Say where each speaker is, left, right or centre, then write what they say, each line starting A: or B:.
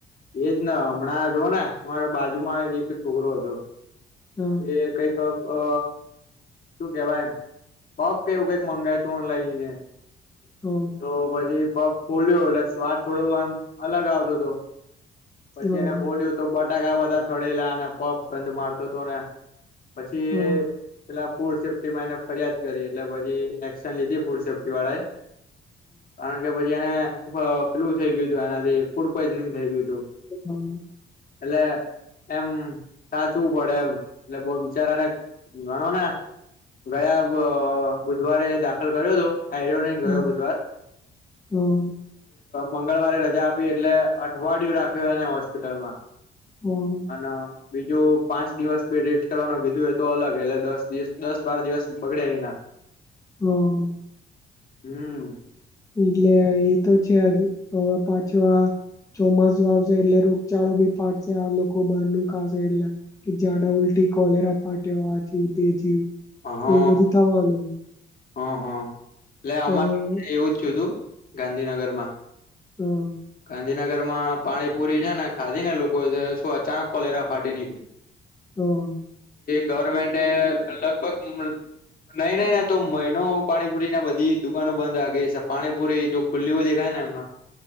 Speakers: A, on the left; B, on the left.
A: એજ ને હમણાં જોઓ ને અમારે બાજુમાં એક છોકરો હતો.
B: હા
A: એ કઈક. અ શું કેવાય પફ કેવું કઈક મંગાય તું લઈને.
B: હા
A: તો પછી પપ ખોલ્યો એટલે સ્વાદ થોડો એમ અલગ આવતો હતો. પછી
B: હા
A: એને ખોલ્યું તો બટાકા બધા સડેલા અને પપ ગંધ મારતો હતો ને. પછી
B: હા
A: પેલા. ફૂડ સેફ્ટી માં એને ફરિયાદ કરી એટલે પછી એક્શન લીધી ફૂડ સેફ્ટી વાળા એ. કારણ કે પછી એને પ્લુ થઇ ગયું હતું એનાથી ફૂડ પોઈઝનિંગ થઇ ગયુંું.
B: હમ.
A: એલા. એમ સાચવું પડે એમ એટલે બહ બિચારાને ગણો ને. ગયા બુધવારે દાખલ કર્યો હતો. આર્યો ન
B: હમ
A: ગયો બુધવાર.
B: હા
A: મંગળવારે રજા આપી એટલે અઠવાડિયું રાખ્યું એને હોસ્પિટલમાં.
B: હા
A: અને બીજું. પાંચ દિવસ બી રેસ્ટ્ટ કરવાનું કીધું એય તો અલગ એટલે દસ દિવસ દસ બાર દિવસ બગડે એના.
B: હમ.
A: હમ.
B: એટલે એ તો છેજ હવે પાછો આ. ચોમાસું વાશે એટલે રોગચાળો બી પાડશે આ લોકો બહાર ન. એલા કે જાડા ઉલ્ટટી કોલેરા ફાટ આ થયું તે થયું.
A: હા
B: એ બધું થવાનું.
A: હા હા એટલે
B: અ
A: અમારે
B: અ
A: એવું જ થું તું ગાંધીનગરમાં.
B: હા.
A: ગાંધીનગર માં પાણીપુરી છે ને ખાધી ને લોકો શું અચાનક કોલેરા ફાટી ની.
B: હમ.
A: ગવર્મેન્ટે લગભગ નહી નહી ના તો મહિનો પાણીપુરીને બધી દુકાનો બંધ રાે છે પાણીપુરી જો ખુલ્લી હોય દેખાય ને એમના